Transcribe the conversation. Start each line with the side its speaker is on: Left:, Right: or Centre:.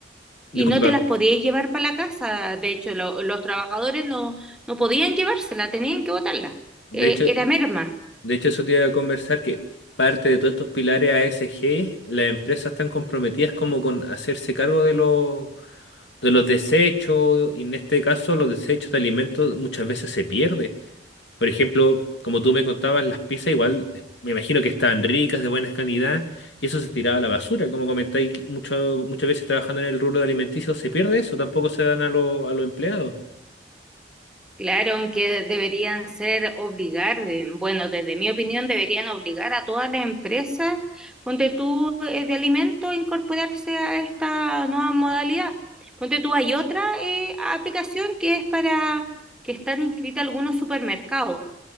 Left: disculpa.
Centre: Y no te las podías llevar para la casa. De hecho, lo- los trabajadores no, no podían llevársela, tenían que botarla.
Left: De
Centre: Eh,
Left: hecho,
Centre: era merma.
Left: De hecho, eso te iba a conversar que parte de todos estos pilares a S G las empresas están comprometidas como con hacerse cargo de los, de los desechos, y en este caso los desechos de alimentos muchas veces se pierden. Por ejemplo, como tú me contabas, las pizzas igual eh, me imagino que estaban ricas, de buena calidad, y eso se tiraba a la basura. Como comentáis, mucho- muchas veces trabajando en el rubro de alimenticio se pierde eso, tampoco se dan a, lo- a los empleados.
Centre: Claro, aunque deberían ser obligar, eh, bueno, desde mi opinión deberían obligar a todas las empresas, ponte tú, eh, de alimentos, a incorporarse a esta nueva modalidad. Ponte tú, hay otra eh, aplicación que es para que están inscritas algunos supermercados.